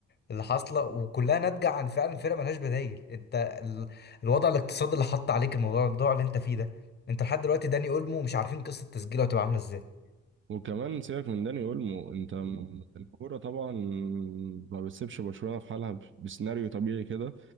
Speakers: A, on the left; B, on the right.
A: اللي حاصله وكلها ناتجه عن فعلا فرقه ملهاش بدايل انت ال... الوضع الاقتصادي اللي حط عليك الموضوع الموضوع اللي انت فيه ده انت لحد دلوقتي داني اولمو مش عارفين قصه تسجيله هتبقى عامله ازاي
B: وكمان سيبك من داني أولمو أنت م- الكورة طبعا ما بتسيبش برشلونة في حالها ب- بسيناريو طبيعي كده